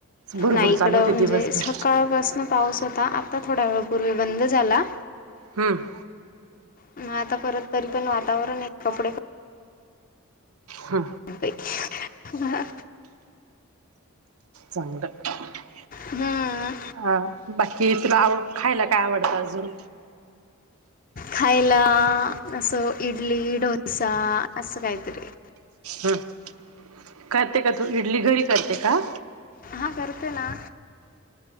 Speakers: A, on the right; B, on the left.
A: भुरभूर
B: नाहीईकडं
A: चालू होते
B: म्हणजे
A: दिवसभर
B: सकाळपासन पाऊस होता आता आता थोड्या वेळापूर्वी बंद झाला
A: हमम
B: मग आता परत तरी पण वातावरण आहे कपडे
A: हा
B: अबई ह
A: चांग अ
B: हम्म
A: बाकी तुला आवड खायला काय आवडतं अजून
B: खायला, असं, इडली, डोसा अस कायतरी.
A: हम, करते का तू इडली घरी करते? का
B: हा करते ना.